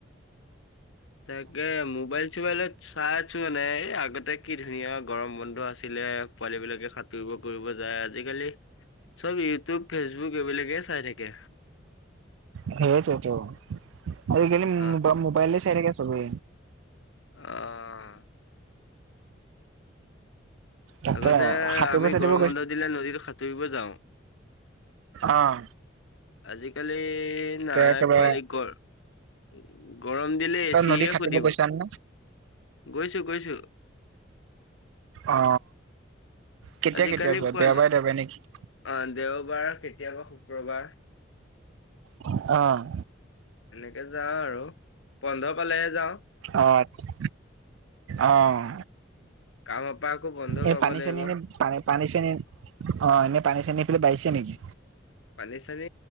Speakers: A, on the left (about 85°); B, on the right (about 90°).
A: তাকে মোবাইল চোবাইলত চাই আছোঁ মানে এই আগতে কি ধুনীয়া গৰম বন্ধ আছিলে পোৱালি বিলাকে সা তুৰিব কৰিব যায় আজিকালি চব ইউটিউব, ফেচবুক এইবিলাকে চাই থাকে।
B: সেইটোৱেটো, আজিকালি মো
A: অ',
B: মোবা মোবাইলে চাই থাকে চবে।
A: অঁ।
B: তাকে
A: আগতে
B: সাঁতুৰিব
A: আমি
B: চাতুৰিব
A: গৰম বন্ধ দিলে নদীত সাঁতুৰিব যাওঁ।
B: অঁ।
A: আজিকালি নাই
B: একেবাৰে
A: পোৱালি গ এই গৰম দিলে
B: তই
A: এচিহে
B: নদী সাঁতুৰিব
A: সুধিব
B: গৈছা নে
A: গৈছো গৈছো।
B: অ কেতিয়া
A: আজিকালি
B: কেতিয়া যোৱা
A: পোৱালি
B: দেওবাৰে দেওবাৰে নেকি?
A: অ দেওবাৰ কেতিয়াবা শুক্ৰবাৰ।
B: অহ।
A: এনেকে যাওঁ আৰু বন্ধ পালেহে যাওঁ।
B: অঁ আচ্ছা অহ।
A: কাম পা আকৌ বন্ধ
B: এই
A: পাব
B: পানী
A: লাগিব।
B: চানী এনেই পা পানী চানী অ এনে পানী চানী সেইফালে বাঢ়িছে নেকি?
A: পানী চানী